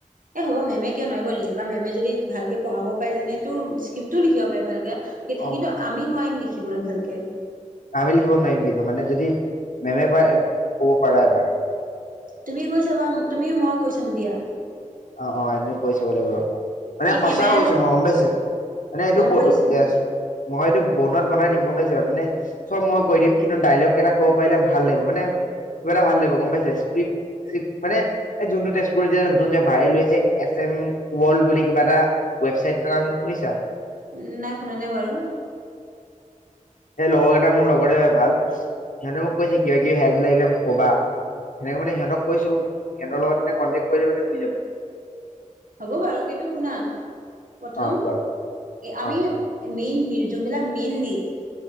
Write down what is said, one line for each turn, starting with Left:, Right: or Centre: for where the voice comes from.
Right: এই হ'ব মেমে কিয় নোৱাৰিব নেকি? কাৰণ মেমে যদি ভালকে পঢ়াব পাৰে যেনে এইটো স্ক্ৰিপ্টো লিখিব পাৰে ভাল তেতিয়া
Left: অ
Right: কিন্তু আমি নোৱাৰিম নেকি? শিকিবলৈ ভালকে।
Left: আমি লিখিব নোৱাৰিম কিন্তু মানে যদি মেমে কয় ক'ব পাৰা এবাৰ।
Right: তুমি কৈছাবা তুমি মই কৈছাম দিয়া।
Left: অ অ এদিন কৰি চাব লাগিব। মানে
Right: কি
Left: সঁচাও
Right: কেমেৰাই
Left: কৈছো
Right: ল'ব
Left: মই গম পাইছা, মানে এইটো
Right: গম পাইছো
Left: ইয়েছ মই এইটো বনোৱাত বনাই দিম গম পাইছা। মানে চব মই কৈ দিম কিন্তু ডাইলগ কেইটা ক'ব পাৰিলে ভাল লাগিব মানে কিবা এটা ভাল লাগিব গম পাইছে। স্কিপ স্কিপ মানে এই যোনটো তেজপুৰত যে নতুন যে ভাইৰেল হৈছে এছ এম ৱৰ্ল্ড বুলি কিবা এটা ৱেবচাইট এটা নাম শুনিছা?
Right: উম নাই শুনা নাই বাৰু।
Left: সেই লগৰ কেইটা মোৰ লগৰে ভাল সিহঁতে মোক কৈছে, কিবা কিবি হেল্প লাগিলে মোক কবা। সেনেকে মানে সিহঁতক কৈছো সিহঁতৰ লগত মানে কনটেক্ট কৰিলে মানে শুই যাব।
Right: হ'ব বাৰু কিন্তু শুনা প্ৰথম
Left: অ কোৱা
Right: আমি
Left: অ
Right: মেইন সেই যোনবিলগ মেইন লিড